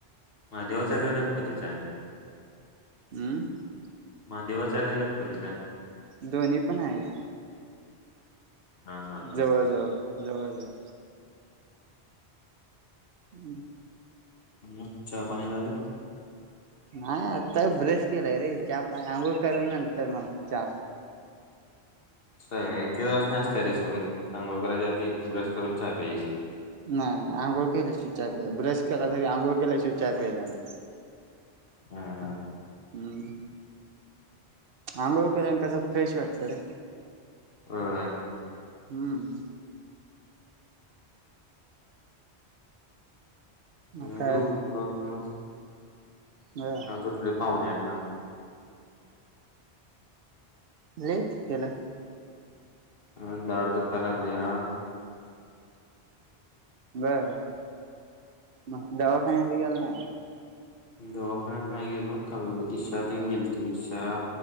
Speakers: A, on the left; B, on the right.
A: महादेवाच आहे का गणपतीच आहे?
B: हम्म
A: महादेवाच आहे काय गणपतीच आहे?
B: दोन्ही पण आहेत
A: हा हा हा
B: जवळ जवळ, जवळ जवळ. हम्म
A: मग चहा पाणी झालं?
B: नाही आता ब्रश केलाय रे, चहा पा अंघोळ करून नंतर मग चहा.
A: असं आहे होय एकेकांना असतीया रे सवय आंघोळ करायच्या आधी ब्रश करून चहा प्यायची.
B: नाही नाही अंघोळ केल्या शि य प्या ब्रश केला तरी अंघोळ केल्या शि चचा प्याय जा नाही.
A: हा
B: हम्म
A: हा
B: आंघोळ केल्यान कस फ्रेश वाटतं रे.
A: होय होय
B: हम्म. मग
A: मी
B: काय
A: बी उठलो हं
B: बर.
A: उठलोय पावणे आठला.
B: लेट केला
A: हा दाढ दुखाय लागलीया
B: बरं मग दवाखान्याच गेला नाही का?
A: दवाखान्यात नाही गेलो काल ईशा त्यांनी गेलते इशा